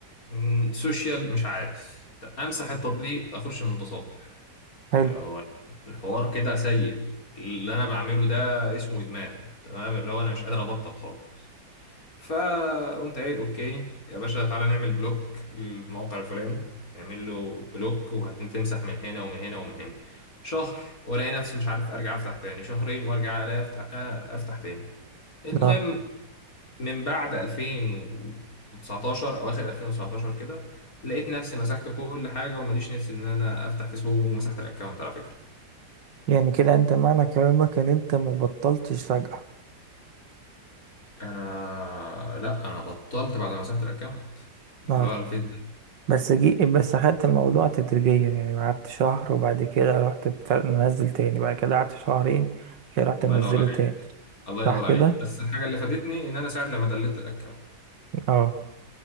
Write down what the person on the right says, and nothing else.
حلو
اه
يعني كده انت معنى كلامك ان انت ما بطلتش فجأة
اه
بس جي بس اخدت الموضوع تدريجيا يعني قعدت شهر وبعد كده رحت بت- منزل تاني بعد كده قعدت شهرين كده رحت
منزله
تاني
صح كده
اه